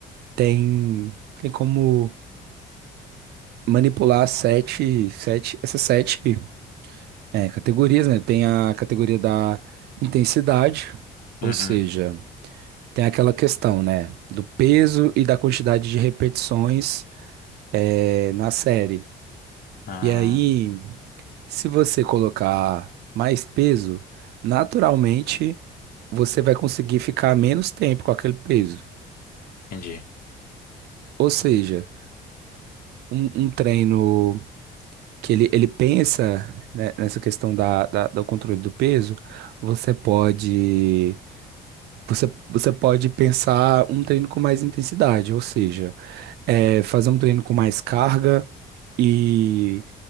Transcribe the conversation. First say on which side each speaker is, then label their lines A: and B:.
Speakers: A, on the right; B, on the left.
A: tem, tem como manipular sete, sete, essas sete, é, categorias, né? Tem a categoria da intensidade,
B: Uhum.
A: ou seja, Tem aquela questão, né, do peso e da quantidade de repetições eh, na série.
B: Ah,
A: E aí, se você colocar mais peso, naturalmente você vai conseguir ficar menos tempo com aquele peso.
B: entendi.
A: Ou seja, um, um treino que ele, ele pensa, né, nessa questão da, da- do controle do peso, você pode, você, você pode pensar um treino com mais intensidade, ou seja, é, fazer um treino com mais carga e